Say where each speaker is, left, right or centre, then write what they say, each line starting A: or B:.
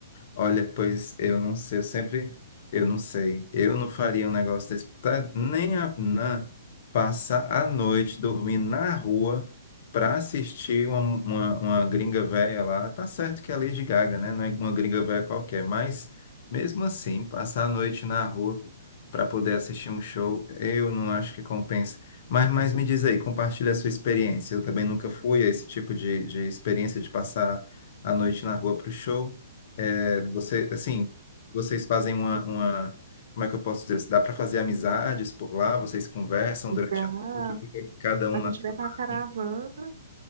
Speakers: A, on the left; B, on the right.
A: Olha, pois eu não sei, eu sempre, eu não sei, eu não faria um negócio desse, tá? Nem a Nan passar a noite dormindo na rua para assistir uma, uma, uma gringa velha lá. Tá certo que é a Lady Gaga, né? Não é uma gringa velha qualquer, mas mesmo assim, passar a noite na rua para poder assistir um show, eu não acho que compensa. Mas, mas me diz aí, compartilha a sua experiência. Eu também nunca fui a esse tipo de, de experiência de passar a noite na rua para o show. É, Você, assim, vocês fazem uma, uma- como é que eu posso dizer? Dá para fazer amizades por lá? Vocês conversam durante
B: dá-
A: a noite? Ou fica cada um
B: a
A: na
B: gente
A: sua
B: vai para
A: barraquinha?
B: a caravana